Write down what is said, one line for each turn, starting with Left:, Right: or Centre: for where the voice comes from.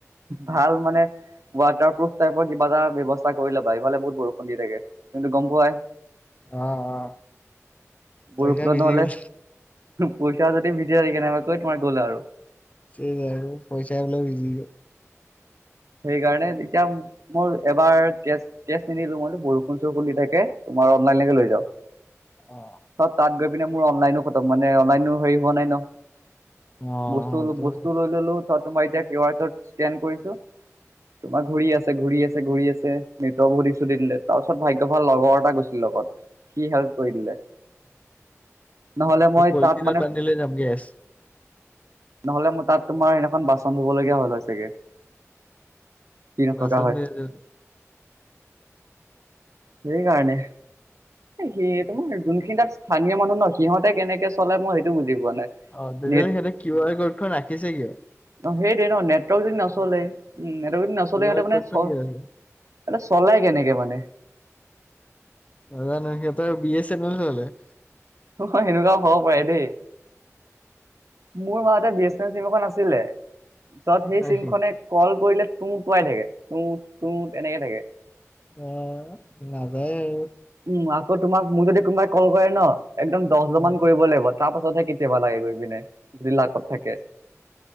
Right: ভাল মানে ৱাটাৰ প্ৰুফ টাইপৰ কিবা এটা ব্যৱস্থা কৰি ল'বা, ইফালে বহুত বৰষুণ দি থাকে তুমিতো গম পোৱাই।
Left: অ' অ'। পইচা
Right: বৰষুণত
Left: ভিজি
Right: নহলে
Left: গ'ল
Right: পইচা যদি ভিজে কেনেবাকৈ তোমাৰ গ'ল আৰু।
Left: <unintelligible> আৰু পইচা বোল ভিজি গ'ল।
Right: সেইকাৰণে তেতিয়া মোৰ এবাৰ কেছ কেছ নিনিলো মই বোলো বৰষুণ চৰষুণ দি থাকে, তোমাৰ অনলাইনকে লৈ যাও।
Left: অ'।
Right: তাত, তাত গৈ পিনে মোৰ অনলাইনো খটম মানে অনলাইনো হেৰি হোৱা নাই ন।
Left: অ',
Right: বস্তু
Left: সেইটো
Right: বস্তু
Left: হয়।
Right: লৈ ললো, তোমাৰ এতিয়া কিউ আৰ ক'ড স্কেন কৰিছো। তোমাৰ ঘূৰি আছে ঘূৰি আছে ঘূৰি আছে নেটৱকৰ বহুত ইছু দি দিলে তাৰপাছত ভাগ্য ভাল লগৰ এটা গৈছিল লগত। সি হেল্প কৰি দিলে। নহ'লে মই
Left: অ' পলিথিনত
Right: তাত মানে
Left: বান্ধি দিলে যাম কেছ।
Right: নহ'লে মই তাত তোমাৰ এদিনাখন বাচন ধুবলগীয়া হ'ল হৈ চাগে। সি নথকা
Left: বাচন
Right: হয়
Left: ধুই আহিলোঁ।
Right: সেই কাৰণে। সেই তোমাৰ যোনখিনি তাত স্থানীয় মানুহ ন সিহতে কেনেকে চলে মই সেইটো বুজি পোৱা নাই।
Left: অ' তেতিয়াহলে
Right: নেট
Left: সিহঁতে কিউ আৰ ক'ডখন ৰাখিছে কিয়?
Right: অ' সেইটোৱে ন নেটৱৰ্ক যদি নচলে উম নেটৱৰ্ক যদি নচলে
Left: কিউ
Right: সিহঁতে
Left: আৰ
Right: মানে
Left: ক'ডখন
Right: চল
Left: কিয় আছে?
Right: মানে চলাই কেনেকে মানে?
Left: নাজানো, সিহঁতৰ বি এ চেনেল চলে।
Right: অ' হয়, সেনেকুৱাও হব পাৰে দেই। মোৰ মাজতে বি এ চেনেল চিম এখন আছিলে। য'ত সেই
Left: হয়
Right: চিমখনে
Left: নেকি?
Right: কল কৰিলে তুটোৱাই থাকে, তুত তুত এনেকে থাকে।
Left: অঁ নাযায় আৰু।
Right: উম, আকৌ তোমাক মোক যদি কোনোবাই কল কৰে ন! একদম দহ বাৰ
Left: উম
Right: মান কৰিব লাগিব। তাৰ পাছতহে কেতিয়াবা লাগে গৈ পিনে যদি লাকত থাকে।